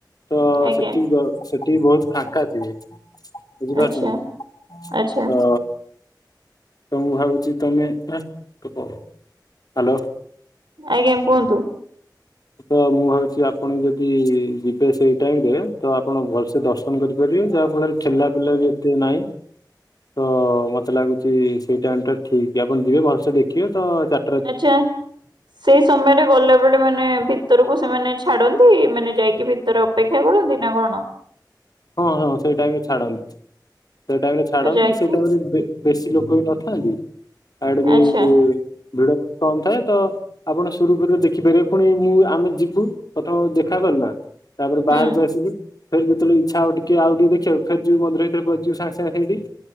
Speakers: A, on the left (about 55°); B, on the right (about 85°).
A: ତ
B: ଆଜ୍ଞା
A: ସେଠି ବ ସେଠି ବହୁତ୍ ଫାଙ୍କା ଥିବେ। ବୁଝିପାରୁଛନ୍ତି
B: ଆଚ୍ଛା ଆଚ୍ଛା।
A: ତ ତ ମୁଁ ଭାବୁଛି ତମେ ହ ତୁକ ହାଲୋ।
B: ଆଜ୍ଞା କୁହନ୍ତୁ।
A: ତ ମୁଁ ଭାବୁଛି ଆପଣ ଯଦି ଯିବେ ସେଇ ଟାଇମରେ ତ ଆପଣ ଭଲସେ ଦଶ ଦର୍ଶନ କରିପାରିବେ ଯାହା ଫଳରେ ଠେଲା ପେଲା ବି ଏତେ ନାହିଁ। ତ ମତେ ଲାଗୁଛି ସେଇ ଟାଇମ ଟା ଠିକ ଆପଣ ଯିବେ ଭଲସେ ଦେଖିବେ ତ ଚା
B: ଆଚ୍ଛା ସେଇ ସମୟରେ ଗଲେ ସେତେବେଳେ ମାନେ ଭିତରକୁ ସେମାନେ ଛାଡନ୍ତି ମାନେ ଯାଇକି ଭିତରେ ଅପେକ୍ଷା କରନ୍ତି ନା କଣ?
A: ହଁ ହଁ ସେଇ ଟାଇମ ରେ ଛାଡନ୍ତି ସେ ଟାଇମ ରେ ଛାଡନ୍ତି
B: ତ ଯାଇକି
A: ସେଇ ଟାଇମ ରେ ବେ ବେଶୀ ଲୋକ ବି ନଥାନ୍ତି ଆଡେ ବି
B: ଆଚ୍ଛା
A: ଭିଡ ବହୁତ କମ ଥାଏ ତ ଆପଣ ସୁରୁଖୁରୁରେ ଦେଖିପାରିବେ ପୁଣି ମୁଁ ଆମେ ଯିବୁ ପ୍ରଥମ ଦେଖା କଲ ନା ତାପରେ ବାହାରକୁ
B: ହୁଁ।
A: ଆସିଲି। ଫେରେ ଯେତେବେଳେ ଇଚ୍ଛା ହବ ଟିକେ ଆଉ ଟିକ ଦେଖିବାକୁ ଫେରେ ଯିବୁ ମନ୍ଦିର ଭିତରେ ପଶିଯିବୁ ସାଙ୍ଗେ ସାଙ୍ଗ ସେଇଠି।